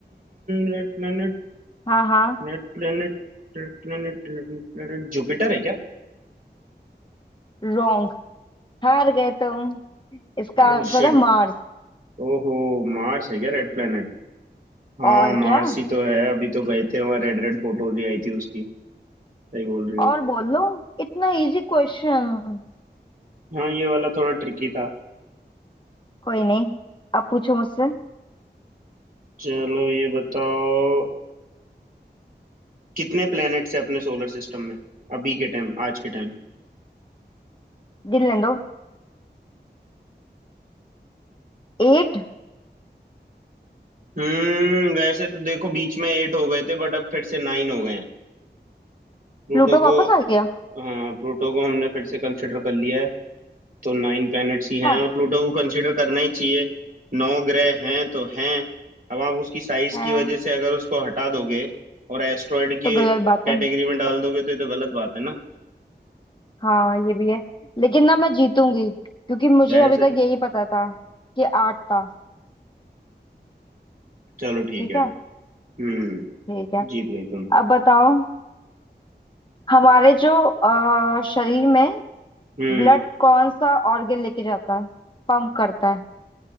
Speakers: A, on the right (about 50°); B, on the left (about 25°).
A: red planet
B: हाँ हाँ
A: red planet red planet red planet Jupiter है
B: रॉन्ग हार गए तुम इसका
A: क्या
B: आंसर है मार्स
A: ओहो मार्स है क्या रेड प्लेनेट हाँ
B: और
A: मार्स
B: क्या
A: ही तो है अभी तो गए थे वहाँ रेड रेड फोटोज ही आई थी उसकी सही बोल रही हो
B: और बोल लो इतना इजी क्वेश्चन
A: हाँ ये वाला थोड़ा ट्रिकी था
B: कोई नहीं अब पूछो मुझसे
A: चलो ये बताओ कितने प्लैनेट्स है अपने सोलर सिस्टम में अभी के टाइम आज के टाइम
B: गिनने दो एट
A: हम्म वैसे तो देखो बीच में एट हो गए थे बट अब फिर से नाइन हो गए हैं प्लूटो
B: प्लूटो
A: को
B: वापस आ गया
A: हाँ प्लूटो को हमने फिर से कंसिडर कर लिया है तो नाइन प्लैनेट्स ही हैं
B: अच्छा
A: और प्लूटो को कंसीडर करना ही चाहिए नौ ग्रह हैं तो हैं अब आप उसकी साइज
B: है
A: की वजह से अगर उसको हटा दोगे और एस्ट्रॉयड के
B: तो गलत बात
A: कैटेगरी
B: है
A: में डाल दोगे तो ये तो गलत बात है ना
B: हाँ ये भी है लेकिन ना मैं जीतूंगी क्योंकि मुझे
A: जाहिर
B: अभी तक
A: से
B: यही पता था कि आठ था
A: चलो ठीक
B: ठीक
A: है
B: है
A: हम्म
B: ठीक है
A: जीत गई तुम
B: अब बताओ हमारे जो अ, शरीर में
A: हम्म
B: ब्लड कौन सा ऑर्गन लेके जाता है पंप करता है